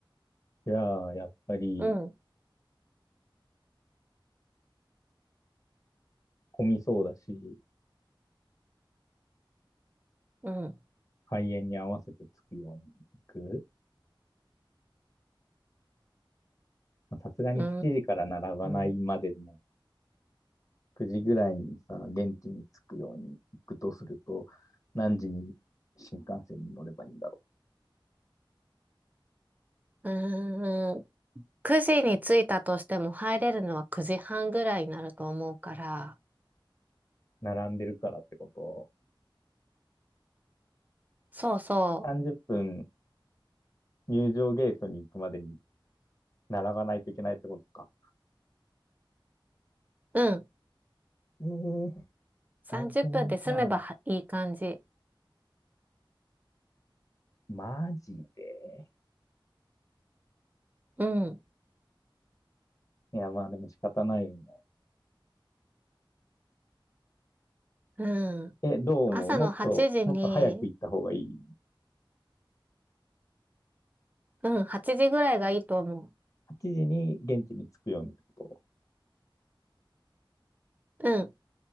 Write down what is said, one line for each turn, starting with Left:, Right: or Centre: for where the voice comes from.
Left: じゃあ、やっぱり
Right: うん、
Left: 混みそうだし、
Right: うん。
Left: 開演に合わせて着くように行く。まあさすがに7時から並ばないまでの
Right: うーん。
Left: 9時ぐらいにさ、現地に着くように行くとすると、何時に新幹線に乗ればいいんだ
Right: うーん。9時に着いたとしても入れるのは9時半ぐらいになると思うから。
Left: 並んでるからってことを。
Right: そうそ
Left: 30分入場ゲートに行くまでに並ばないといけないってことか。
Right: う。うん。
Left: ええー
Right: 30分で済めばはいい感じ。
Left: 大変じゃん。マジで。
Right: うん。
Left: いや、まあでも仕方ないよね。
Right: うん。
Left: え、どう思うもっと、
Right: 朝の8時に、
Left: もっと早く行った方がいい
Right: うん、8時ぐらいがいいと思
Left: ?8 時に現地に着くようにってこ
Right: う。うん。